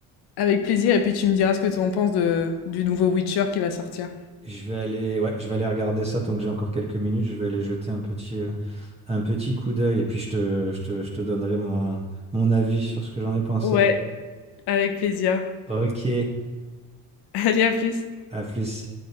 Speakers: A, on the left; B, on the right.
A: avec plaisir et puis tu me diras ce que tu en penses de du nouveau Witcher qui va sortir.
B: Je vais aller, ouais, je vais aller regarder ça tant que j'ai encore quelques minutes. Je vais aller jeter un petit, euh, un petit coup d'œil et puis je te, je te, je te donnerai mon, mon avis sur ce que j'en ai pensé.
A: Ouais, avec plaisir.
B: Ok,
A: <laughs> Allez, à plus.
B: à plus.